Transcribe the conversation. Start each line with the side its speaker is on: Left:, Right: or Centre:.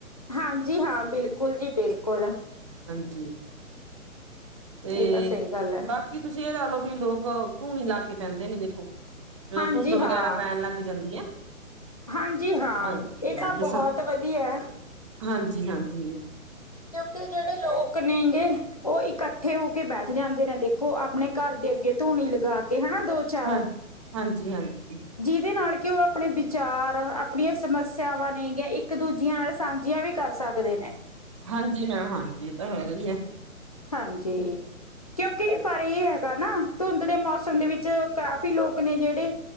Left: ਹਾਂਜੀ ਹਾਂ ਬਿਲਕੁਲ ਜੀ ਬਿਲਕੁਲ
Right: <inaudible> ਤੇ
Left: ਇਹ ਤਾਂ ਸਹੀ ਗੱਲ ਹੈ
Right: ਬਾਕੀ ਤੁਸੀਂ ਇਹ ਲਾ ਲਓ ਵੀ ਲੋਕ ਧੂਣੀ ਲਾ ਕੇ ਪੈਂਦੇ ਨੇ ਦੇਖੋ ਜਦੋਂ
Left: ਹਾਂਜੀ
Right: ਧੁੰਦ
Left: ਹਾਂ
Right: ਵਗੈਰਾ ਪੈਣ ਲੱਗ ਜਾਂਦੀ ਹੈ
Left: ਹਾਂਜੀ ਹਾਂ
Right: ਹਾਂਜੀ
Left: ਇਹ ਤਾਂ ਬਹੁਤ
Right: ਦਸਾਂ
Left: ਵਧੀਆ
Right: ਹਾਂਜੀ ਹਾਂਜੀ
Left: ਕਿਉਂਕਿ ਜਿਹੜੇ ਲੋਕ ਨੇਗੇੇ ਉਹ ਇਕੱਠੇ ਹੋ ਕੇ ਬੈਠ ਜਾਂਦੇ ਨੇ ਦੇਖੋ ਆਪਣੇ ਘਰ ਦੇ ਅੱਗੇ ਧੂਣੀ ਲਗਾ ਕੇ ਹਨਾ ਦੋ ਚਾਰ
Right: ਹਾਂ ਹਾਂਜੀ ਹਾਂਜੀ
Left: ਜਿਹਦੇ ਨਾਲ ਕਿ ਉਹ ਆਪਣੇ ਵਿਚਾਰ ਆਪਣੀਆਂ ਸਮੱਸਿਆਵਾਂ ਨੇ ਇੱਕ ਦੂਜੀਆਂ ਨਾਲ ਸਾਂਝੀਆਂ ਵੀ ਕਰ ਸਕਦੇ ਨੇ।
Right: ਹਾਂਜੀ ਮੈਮ ਹਾਂਜੀ ਇਹ ਤਾਂ ਹੈਗਾ ਹੈ।
Left: ਹਾਂਜੀ। ਕਿਉਂਕਿ ਪਰ ਇਹ ਹੈਗਾ ਨਾ ਧੁੰਦ ਦੇ ਮੌਸਮ ਦੇ ਵਿੱਚ ਕਾਫੀ ਲੋਕ ਨੇ ਜਿਹੜੇ